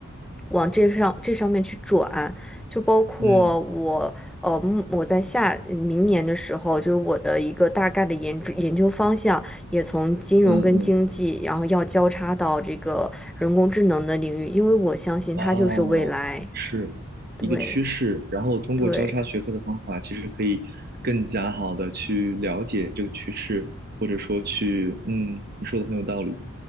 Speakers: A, in the centre; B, on the right (about 45°).
A: 往这上这上面去转，就包括我，
B: 嗯
A: 呃，目我在下嗯明年的时候，就是我的一个大概的研究研究方向，也从金融跟经济，
B: 嗯嗯，
A: 然后要交叉到这个人工智能的领域，因为我相信它就是未来。
B: 哦，是一个趋势。
A: 对
B: 然后通过交叉学科的方法，
A: 对。
B: 其实可以更加好的去了解这个趋势，或者说去，嗯，你说的很有道理。